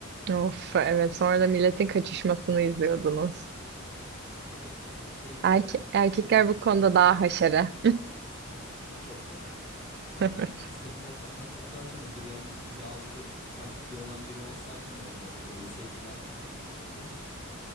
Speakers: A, on the right; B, on the left.
A: Of evet sonra da milletin kaçışmasını izliyordunuz.
B: Evet şey
A: Erke- erkekler
B: çok
A: bu konuda
B: kötü
A: daha
B: bir
A: haşere.
B: Çok fena.
A: <laughs>
B: Zaten kız kaçıran patlattıktan sonra müdür yardımcısı bizi aldı dedi ki kalp pili olan biri olsaydı ne olacaktı? Ölseydi ne yapacaktınız dedi.